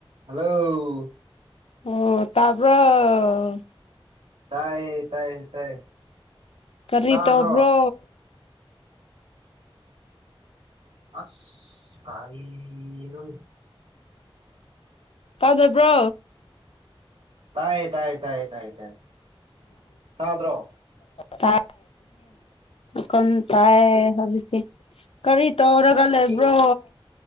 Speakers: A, on the right (about 70°); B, on the left (about 85°).
A: hello
B: ꯑꯣ ꯇꯕꯔ
A: ꯇꯥꯏꯌꯦ ꯇꯥꯏꯌꯦ ꯇꯥꯏꯌꯦ
B: ꯀꯔꯤ
A: ꯇꯥꯗ꯭ꯔꯣ
B: ꯇꯧꯕ꯭ꯔꯣ
A: ꯑꯁ ꯀꯅꯣꯅꯤ
B: ꯄꯥꯖꯕ꯭ꯔꯣ
A: ꯇꯥꯏꯥꯏꯥꯏꯥꯏꯗ꯭ꯔꯣ
B: ꯇ ꯀꯟ ꯇꯥꯏ ꯍꯧꯖꯤꯦ ꯀꯔꯤ ꯇꯧꯔꯒ ꯂꯩꯕ꯭ꯔꯣ
A: ꯑꯦ